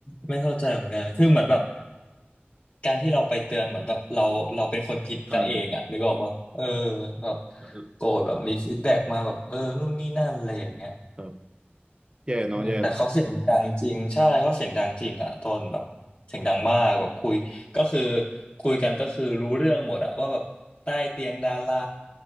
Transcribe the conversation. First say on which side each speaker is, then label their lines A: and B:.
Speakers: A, on the left; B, on the right.
A: ไม่เข้าใจเหมือนกันคือเหมือนแบบ การที่เราไปเตือนเหมือนแบบเราเราเป็นคนผิดซะเองอะนึกออกว่าเออ
B: เออ
A: แบบ
B: เออ
A: โกรธแบบมีฟีดแบ็กมาแบบเออนู่นนี่นั่นอะไรอย่างเงี้ย
B: ครับแย่เนาะแย่เนาะ
A: เออแต่เขาเสียงดังจริงใช่เขาเสียงดังจริงอะโทนแบบเสียงดังมากแบบคุยก็คือคุยกันก็คือรู้เรื่องหมดอะว่าแบบใต้เตียงดารา